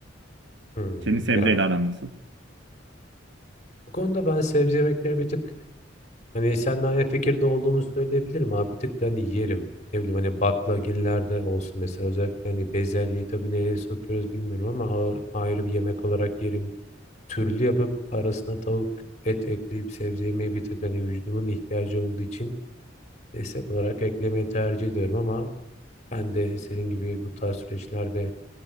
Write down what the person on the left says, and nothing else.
Hmm.
Ya
bu konuda ben sebze yemekleri bir tık Hani seninle aynı fikirde olduğumu söyleyebilirim abi. Bir tık da hani yerim. Ne bileyim hani baklagillerde olsun mesela. Özellikle hani bezelyeyi tabii nereye sokuyoruz bilmiyorum ama a- ayrı bir yemek olarak yerim. Türlü yapıp arasına tavuk et ekleyip sebze yemeyi bir tık hani vücudumun ihtiyacı olduğu için destek olarak eklemeyi tercih ediyorum ama ben de senin gibi bu tarz süreçlerde